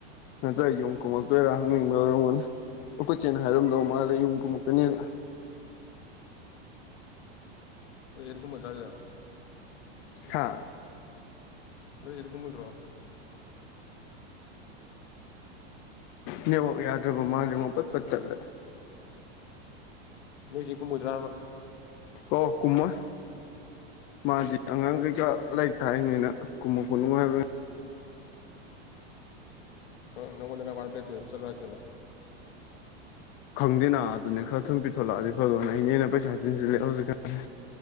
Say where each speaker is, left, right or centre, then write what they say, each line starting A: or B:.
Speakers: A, on the left; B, on the left.
A: ꯅꯠꯇ꯭ꯔ ꯌꯨꯝ ꯀꯨꯝꯃꯛꯇꯣꯏꯔꯥ ꯍꯪꯅꯤꯡꯕ ꯑꯣꯏꯔꯝꯒꯅ ꯑꯈꯣꯏ ꯆꯦꯅ ꯍꯥꯏꯔꯝꯗꯧ ꯃꯥꯜꯂꯦ ꯌꯨꯝ ꯀꯨꯝꯃꯛꯀꯅꯤꯅ
B: <unintelligible>
A: ꯍꯥ
B: ꯅꯣꯏ ꯆꯦꯗꯤ ꯀꯨꯝꯃꯣꯢꯗ꯭ꯔꯣ
A: ꯅꯦꯠꯋꯥꯛ ꯌꯥꯗ꯭ꯔꯕ ꯃꯥꯜꯂꯦ ꯃꯨꯛ ꯄꯠ ꯄꯠ ꯇꯠꯂꯦ
B: ꯅꯣꯏꯆꯦ ꯀꯨꯝꯃꯣꯢꯗ꯭ꯔꯥ ꯍꯥꯢꯕ
A: ꯑꯣ ꯀꯨꯝꯃꯣꯢ ꯃꯥꯗꯤ ꯑꯉꯥꯡ ꯀꯩꯀꯥ ꯂꯥꯏꯔꯤꯛ ꯇꯥꯛꯏꯅꯤꯅ ꯀꯨꯝꯃꯛꯄ ꯅꯨꯡꯉꯥꯢꯔꯣꯢ
B: ꯑꯥ ꯅꯪꯉꯣꯟꯗ ꯉꯥꯡꯕ ꯋꯥ <unintelligible> ꯆꯠꯂꯣ ꯍꯥꯢꯔꯛꯇꯨꯢꯅꯤ
A: ꯈꯪꯗꯦꯅ ꯑꯗꯨꯅꯦ ꯈꯔ ꯊꯨꯅ ꯄꯤꯊꯣꯂꯛꯑꯗꯤ ꯐꯗꯨꯝꯅꯦ ꯢꯅꯦꯅꯥ ꯄꯩꯁꯥ ꯆꯤꯟꯁꯤꯜꯂꯦ ꯍꯧꯖꯤꯛꯀꯥꯟ